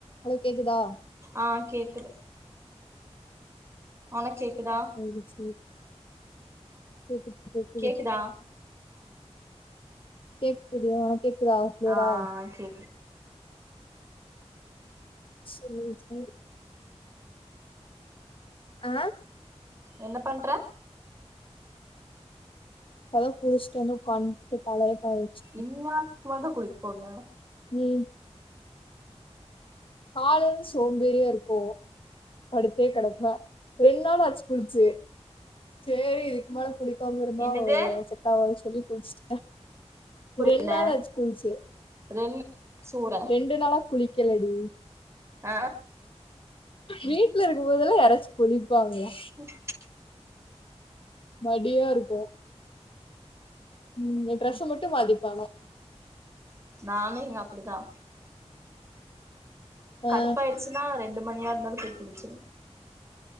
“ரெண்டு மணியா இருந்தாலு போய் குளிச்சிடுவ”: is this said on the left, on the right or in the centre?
Right